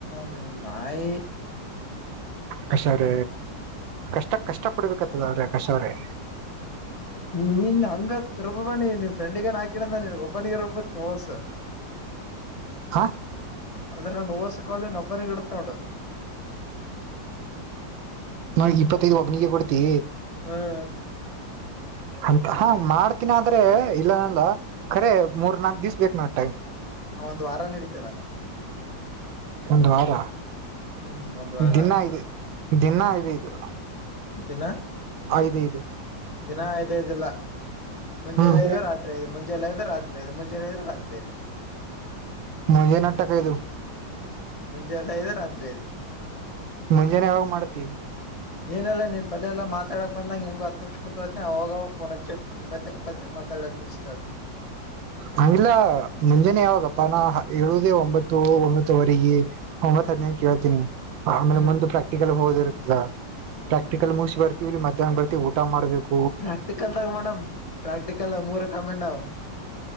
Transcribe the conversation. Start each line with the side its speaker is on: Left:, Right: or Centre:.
Left: ನಿಮ್ ನಾಯಿ <inaudible>
Right: ಕಷವರ ಕಷ್ಟಕ್ ಕಷ್ಟ ಪಡ್ಬೇಕತ್ತದ ಅವ್ರೆ ಕಷವ್ರೇ
Left: ಹ್ಮ ನೀನ್ ಹಂಗತ್ ರುಬ್ಬಣಿ ನಿನ್ ್ರೆಂಡಿಗನ್ ಹಾಕಿಡಂದ ನೀ ಒಬ್ಬನಿಗೆ ರುಬ್ಬತ್ ನೀಸ ಹ
Right: ಹ
Left: ಅಂದ್ರೆ ನಾನ ಹಊಸಕ್ಾಲ ನೊಬ್ಬರಿಂಗ ಇಡತ ಉಂಡ
Right: ನೋ ಇಪ್ಪತ್ತೈದು ಒಬ್ಬ ನೀಿಗೆ ಕೊಡ್ತೀ
Left: ಹ್ಮ್ <inaudible>
Right: ಅಂತ ಹಾ ಮಾಡ್ತೀನ ಆದ್ರೆ ಇಲ್ಲನಲ್ಲ ಖರೆ ಮೂರ್ ನಾಕ್ ದಿವ್ ಬೇಕು ನೋ ಟೈಮ್
Left: ಹ ಒಂದು ವಾರ ನಡೀತಿದ್ದಾನೆ
Right: ಒಂದು ವಾರ
Left: ಹ್ಮ್ ಒಂದ್ ವಾರ
Right: ದಿನ ಇದೆ ದಿನ ಇದ ಇದ್ರು
Left: ದಿನ
Right: ಆಯದ ಇದು
Left: ದಿನ ಇದೇ ಇದಿಲ್ಲ ಮುಂಜೆಾನೆ
Right: ಹ್ಮ್
Left: ಐದು ರಾತ್ರಿ ಐದು ಮುಂಜಾನೆ ಐದು ರಾತ್ರಿ ಐದು ಮುಂಜೆಾನೆ ಐದು ರಾತ್ರಿ ಐದು
Right: ಮುೆನಾಟಕ ಇದುು
Left: ಮುಂಜೆ ಎಲ್ಲ ಇದು ರಾತ್ರಿ ಇದು
Right: ಮುಂಜಾನೆ ಯಾವಾಗ ಮಾಡ್ತಿೀವಿ
Left: ಏನೆಲ್ಲ ನೀನ್ ಬಲ್ಲ ಎಲ್ಲಾ ಮಾತಾಡಕ್ ಬಂದಂಗಗೆ ಹೆಂಗ ಹ ನಿಮ್ಷ ಕುೂಂತ ಹೋ್ತನಿ ಅವವಾಗವಾಗ ಫೋನ್ ಹಚ್ಚಕ್ ಬಕ್ ಬ ಮಾತಾಡ ಜಷ್ಟ
Right: ಹಂಗಿಲ್ಲ ಮುಂಜಾನೆ ಯಾವಾಗಪ್ಪ ನಾ ಹೇಳುವುದೇ ಒಂಬತ್ತು ಒಂಬತ್ತುುವರೆಗೆ ಒಂಬತ್ತು ಹದಿನೇಂತ ಕೇಳ್ತೀನಿ ಆಮೇಲೆ
Left: ಹ್ಮ್
Right: ಮುಂದ ಪ್ರಾಕ್ಟಿಕಲ್ ಹೋದ ಇರ್ತ್ತದ
Left: ಹ್ಮ್
Right: ಪ್ರಾಕ್ಟಿಕಲ್ ಮುಗಸ ಬರ್ತ ಮಧ್ಯಾಹ್ನ ಬರ್ತಿ ಊಟ ಮಾಡಬೇಕು
Left: ಪ್ರಾಕ್ಟಿಕಲ್ದಾಗ ಮೇಡಮ್ ಪ್ರಾಕ್ಟಿಕಲ್ ಮೂರ ಕಮೆಟ್